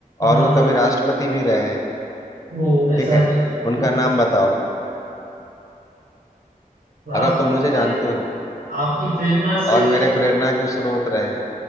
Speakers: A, on the right; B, on the left.
A: हाँ
B: और वो कभी राष्ट्रपति भी रहे हैं
A: वो ऐसा
B: ठीक है
A: है ठीक
B: उनका
A: है
B: नाम बताओ
A: राष्ट्रपति
B: अगर तुम मुझे जानते
A: रहे
B: हो
A: आपकी प्रेरणा से
B: और मेरे प्रेरणा के स्रोत रहे हैं